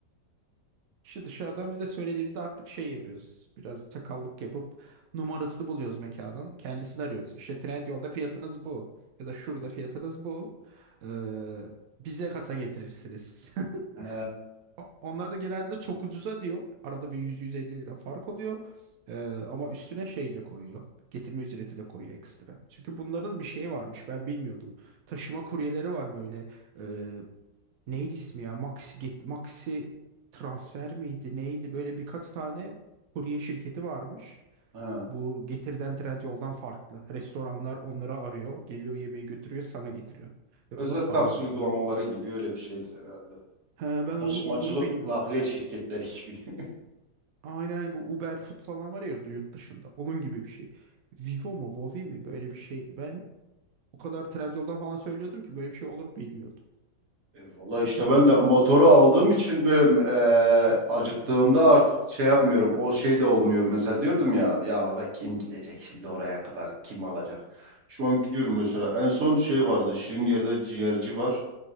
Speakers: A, on the right; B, on the right.
A: İşte dışarıdan biz de söylediğimizde artık şey yapıyoruz. Biraz çakallık yapıp numarasını buluyoruz mekanın. Kendisini arıyoruz. İşte Trendyol'da fiyatınız bu. Ya da şurada fiyatınız bu. Ee, bize kata getirirsiniz. <laughs>
B: He,
A: O- Onlar da genelde çok ucuza diyor. Arada bir 100-150 lira fark oluyor. Ee, ama üstüne şey de koyuyor. Getirme ücreti de koyuyor ekstra. Çünkü bunların bir şeyi varmış. Ben bilmiyordum. Taşıma kuryeleri var böyle. Ee, Neydi ismi ya? Maxi Get, Maxi transfer miydi? Neydi? Böyle birkaç tane kurye şirketi varmış.
B: he.
A: Bu Getir'den Trendyol'dan farklı. Restoranlar onları arıyor. Geliyor yemeği götürüyor sana getiriyor. Ve
B: Özel
A: ona para
B: taksi
A: ödüyor
B: uygulamaları
A: böyle.
B: gibi öyle bir şeydir herhalde.
A: He, ben onun
B: Taşımacılık
A: olduğunu bilmiyordum.
B: nakliye şirketleri gibi. <laughs>
A: Aynen aynen bu Uber Food falan var ya yurt dışında. Onun gibi bir şey. Vivo mu Vovi mi böyle bir şeydi. Ben o kadar Trendyol'dan falan söylüyordum ki böyle bir şey olduğunu bilmiyordum.
B: E, Valla
A: Geçen
B: işte
A: adama
B: ben de
A: dedim
B: motoru
A: "S-
B: aldığım için böyle e, acıktığımda artık şey yapmıyorum. O şey de olmuyor. Mesela diyordum ya ya be kim gidecek şimdi oraya kadar? Kim alacak? Şu an gidiyorum mesela. En son şey vardı. Şirin ciğerci var.